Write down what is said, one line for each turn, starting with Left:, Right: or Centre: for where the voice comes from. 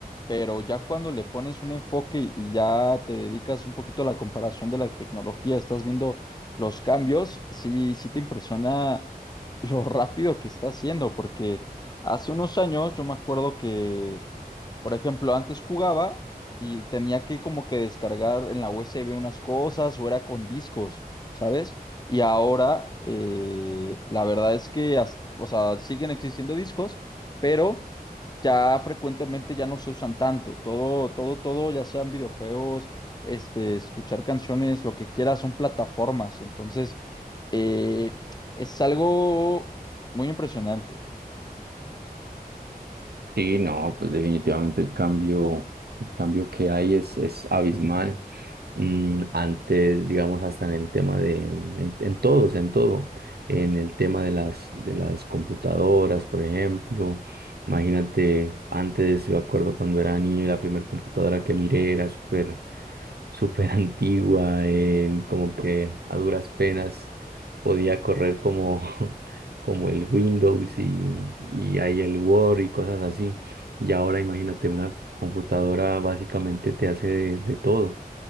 Left: pero ya cuando le pones un enfoque y y ya te dedicas un poquito a la comparación de la tecnología, estás viendo los cambios, sí, sí te impresiona lo rápido que está haciendo, porque hace unos años yo me acuerdo que por ejemplo, antes jugaba y tenía que como que descargar en la USB unas cosas o era con discos, ¿sabes? Y ahora eh, la verdad es que, as- o sea, siguen existiendo discos, pero ya frecuentemente ya no se usan tanto. Todo, todo, todo, ya sean videojuegos, este, escuchar canciones, lo que quieras, son plataformas. Entonces, eh, es algo muy impresionante.
Right: Sí, no, pues definitivamente el cambio, el cambio que hay es, es abismal. Mm, antes, digamos, hasta en el tema de, en, en todo, o sea, en todo, en el tema de las, de las computadoras, por ejemplo. Imagínate, antes, yo acuerdo cuando era niño, la primera computadora que miré era súper súper antigua, eh, como que a duras penas podía correr como, <laughs> como el Windows y, y ahí el Word y cosas así. Y ahora imagínate, una computadora básicamente te hace de, de todo.